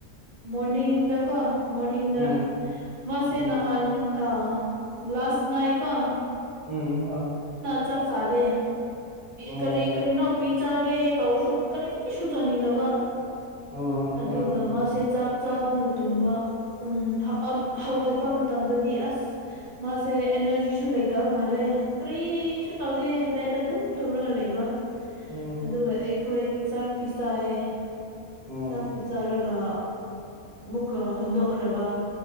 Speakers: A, on the right (about 70°); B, on the left (about 35°).
A: ꯃꯣꯔꯅꯤꯡꯗꯀꯣ ꯃꯣꯔꯅꯤꯡꯗ
B: ꯎꯝ
A: ꯃꯥꯁꯦ
B: ꯎꯝ
A: ꯅꯍꯥꯟ ꯑ ꯂꯁ ꯏꯀꯣ
B: ꯎꯝ ꯍ
A: ꯆꯥꯛ ꯆꯥꯗꯦ
B: ꯑꯣ
A: ꯀꯔꯤ ꯀꯔꯤꯅꯣ ꯄꯤ ꯆꯒꯦ ꯇꯧꯔꯁꯨ ꯀꯔꯤꯁꯨ ꯆꯥꯅꯤꯡꯗꯕ
B: ꯑꯣ
A: ꯑꯗꯨꯒ
B: ꯍꯣꯏ
A: ꯃꯥꯁꯦ ꯆꯥꯛ ꯆꯅ ꯇ ꯎ ꯍꯧꯒꯠꯄ ꯃꯇꯝꯗꯗꯤ ꯑꯁ ꯃꯥꯁꯦ ꯁ ꯑꯦꯅꯔꯖꯤꯁꯨ ꯂꯩꯇꯕ ꯃꯥꯜꯂꯦ ꯀꯔꯤꯁꯨ ꯇꯧꯗꯦ ꯕꯦꯗ ꯑꯗꯨꯝ ꯇꯨꯝꯔꯒ ꯂꯩꯕ
B: ꯎꯝ
A: ꯑꯗꯨꯒ ꯑꯩꯈꯣꯏ ꯆꯥꯛ ꯄꯤ ꯆꯥꯏ
B: ꯎꯝ
A: ꯆꯥꯛ ꯄꯤ ꯆꯥꯔꯒ ꯃꯨꯛꯀ ꯍꯣꯟꯗꯣꯛꯈ꯭ꯔꯕ